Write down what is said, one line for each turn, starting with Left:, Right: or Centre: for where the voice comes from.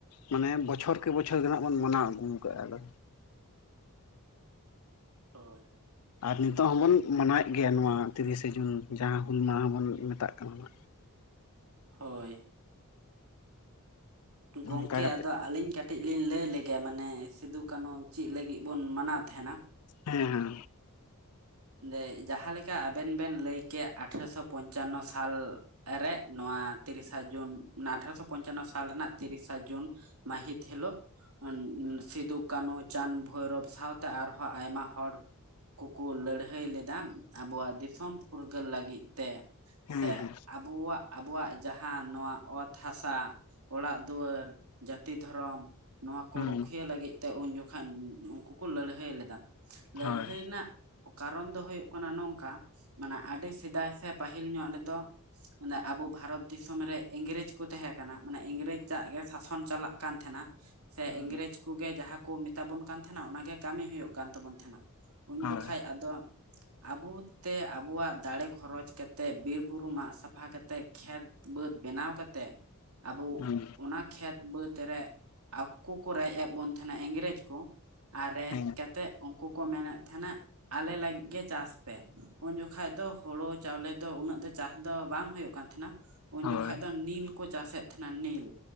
Left: ᱢᱟᱱᱮ ᱵᱚᱪᱷᱚᱨ ᱠᱮ ᱵᱚᱪᱷᱚᱨ ᱜᱮᱦᱟᱜ ᱵᱚᱱ ᱢᱟᱱᱟᱣ ᱟᱹᱜᱩ ᱠᱟᱜᱼᱟ ᱟᱫᱚ᱾
Right: ᱦᱳᱭ
Left: ᱟᱨ ᱱᱤᱛᱚᱜ ᱦᱚᱸᱵᱚᱱ ᱢᱟᱱᱟᱣᱭᱮᱫ ᱜᱮᱭᱟ, ᱱᱚᱣᱟ ᱛᱤᱨᱤᱥᱮ ᱡᱩᱱ ᱡᱟᱦᱟᱸ ᱦᱩᱞ ᱢᱟᱦᱟ ᱵᱚᱱ ᱢᱮᱛᱟᱜ ᱠᱟᱱᱟ᱾
Right: ᱦᱳᱭ
Left: ᱚᱱᱠᱟ
Right: ᱜᱚᱝᱠᱮ
Left: ᱠᱟᱛᱮᱜ
Right: ᱟᱫᱚ ᱟᱹᱞᱤᱧ ᱠᱟᱹ ᱴᱤᱡ ᱞᱤᱧ ᱞᱟᱹᱭ ᱞᱮᱜᱮ ᱢᱟᱱᱮ ᱥᱤᱫᱩ ᱠᱟᱹᱱᱦᱩ ᱪᱮᱫ ᱞᱟᱹᱜᱤᱫ ᱵᱚᱱ ᱢᱟᱱᱟᱣ ᱛᱟᱦᱮᱱᱟ,
Left: ᱦᱮᱸ ᱦᱮᱸ᱾
Right: ᱮ ᱡᱟᱦᱟᱸᱞᱮᱠᱟ ᱟᱵᱮᱱ ᱵᱮᱱ ᱞᱟᱹᱭ ᱠᱮᱫ ᱟᱴᱷᱮᱨᱚᱥᱚ ᱯᱚᱧᱪᱟᱱᱱᱚ ᱥᱟᱞ ᱨᱮ ᱱᱚᱣᱟ ᱛᱤᱨᱤᱥᱟ ᱡᱩᱱ ᱟᱴᱷᱮᱨᱚᱥᱚ ᱯᱚᱧᱪᱟᱱᱱᱚ ᱥᱟᱞ ᱨᱮᱱᱟᱜ ᱛᱤᱨᱤᱥᱟ ᱡᱩᱱ ᱢᱟᱦᱤᱛ ᱦᱮᱞᱳᱜ ᱩᱸ
Left: ᱦᱮᱸ
Right: ᱩᱸ ᱥᱤᱫᱩ ᱠᱟᱱᱩ ᱪᱟᱸᱫᱽ ᱵᱷᱳᱭᱨᱳᱵ ᱥᱟᱶᱛᱮ ᱟᱨᱦᱚᱸ ᱟᱭᱢᱟ ᱦᱚᱲ ᱠᱩᱠᱩ ᱞᱟᱹᱲ ᱦᱟᱹᱭ ᱞᱮᱫᱟ ᱟᱵᱚᱣᱟᱜ ᱫᱤᱥᱚᱢ ᱯᱷᱩᱨᱜᱟᱹᱞ ᱞᱟᱹᱜᱤᱫ ᱛᱮ, ᱥᱮ
Left: ᱦᱮᱸ ᱦᱮᱸ
Right: ᱟᱵᱚᱣᱟᱜ ᱟᱵᱚᱣᱟᱜ ᱡᱟᱦᱟᱸ ᱱᱚᱣᱟ ᱚᱛ ᱦᱟᱥᱟ, ᱚᱲᱟᱜ ᱫᱩᱣᱟᱹᱨ, ᱡᱟᱹᱛᱤ ᱫᱷᱚᱨᱚᱢ, ᱱᱚᱣᱟ ᱠᱚ
Left: ᱦᱩᱸ
Right: ᱨᱩᱠᱷᱭᱤᱭᱟᱹ ᱞᱟᱹᱜᱤᱫ ᱛᱮ ᱩᱱ ᱡᱚᱠᱷᱟᱱ ᱩᱱᱠᱩ ᱠᱚ ᱞᱟᱹᱲᱦᱟᱹᱭ ᱞᱮᱫᱟ᱾ ᱞᱟᱹᱲᱦᱟᱹᱭ
Left: ᱦᱳᱭ
Right: ᱨᱮᱱᱟᱜ ᱠᱟᱨᱚᱱ ᱫᱚ ᱦᱩᱭᱩᱜ ᱠᱟᱱᱟ ᱱᱚᱝᱠᱟ ᱢᱟᱱᱮ ᱟᱹᱰᱤ ᱥᱮᱫᱟᱭ ᱥᱮ ᱯᱟᱹᱦᱤᱞ ᱧᱚᱜ ᱨᱮᱫᱚ ᱢᱟᱱᱮ ᱟᱵᱚ ᱵᱷᱟᱨᱚᱛ ᱫᱤᱥᱚᱢ ᱨᱮ ᱤᱝᱨᱮᱡ ᱠᱚ ᱛᱟᱦᱮᱸ ᱠᱟᱱᱟ, ᱢᱟᱱᱮ ᱤᱝᱨᱮᱡᱟᱜ ᱜᱮ ᱥᱟᱥᱚᱱ ᱪᱟᱞᱟᱜ ᱠᱟᱱ ᱛᱟᱦᱮᱱᱟ᱾ ᱥᱮ
Left: ᱦᱩᱸ
Right: ᱤᱝᱨᱮᱡᱽ ᱠᱚᱜᱮ ᱡᱟᱦᱟᱸ ᱠᱚ ᱢᱮᱛᱟ ᱵᱚᱱ ᱠᱟᱱ ᱛᱟᱦᱮᱱᱟ ᱚᱱᱟᱜᱮ ᱠᱟᱹᱢᱤ ᱦᱩᱭᱩᱜ ᱠᱟᱱ ᱛᱟᱵᱳ ᱛᱟᱦᱮᱱᱟ᱾ ᱩᱱ
Left: ᱦᱳᱭ
Right: ᱡᱚᱠᱷᱟᱪ ᱟᱫᱚ ᱟᱵᱩ ᱛᱮ ᱟᱵᱚᱣᱟᱜ ᱫᱟᱲᱮ ᱠᱷᱚᱨᱚᱪ ᱠᱟᱛᱮᱫ ᱵᱤᱨ ᱵᱩᱨᱩ ᱢᱟᱜ ᱥᱟᱯᱷᱟ ᱠᱟᱛᱮᱫ ᱠᱷᱮᱛ ᱵᱟᱹᱫᱽ ᱵᱮᱱᱟᱣ ᱠᱟᱛᱮᱫ, ᱟᱵᱚ
Left: ᱦᱩᱸ
Right: ᱚᱱᱟ ᱠᱷᱮᱛ ᱵᱟᱹᱫᱽ ᱨᱮ ᱟᱠᱩ ᱠᱚ ᱨᱮᱡ ᱮᱫᱽ ᱵᱚᱱ ᱛᱟᱦᱮᱱᱟ ᱤᱝᱨᱮᱡᱽ ᱠᱚ᱾ ᱟᱨ ᱨᱮᱡ
Left: ᱦᱮᱸ
Right: ᱠᱟᱛᱮᱫ ᱠᱩ ᱠᱚ ᱢᱮᱱᱮᱫ ᱛᱟᱦᱮᱱᱟ ᱟᱞᱮ ᱞᱟᱹᱜᱤᱫ ᱜᱮ ᱪᱟᱥ ᱯᱮ ᱩᱱᱡᱚᱠᱷᱟᱡ ᱫᱚ ᱦᱩᱲᱩ ᱪᱟᱣᱞᱮ ᱫᱚ ᱩᱱᱟᱹᱜ ᱫᱚ ᱪᱟᱥ ᱫᱚ ᱵᱟᱝ ᱦᱩᱭᱩᱜ ᱠᱟᱱ ᱛᱟᱦᱮᱱᱟ ᱩᱱ
Left: ᱦᱳᱭ
Right: ᱡᱚᱠᱷᱟᱡ ᱫᱚ ᱱᱤᱞ ᱠᱚ ᱪᱟᱥᱮᱫ ᱛᱟᱦᱮᱱᱟ ᱱᱤᱞ